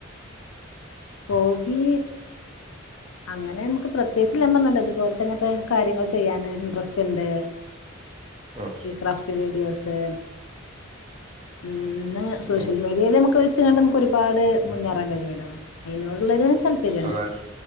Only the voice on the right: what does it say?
ആ
ഉം
അതെ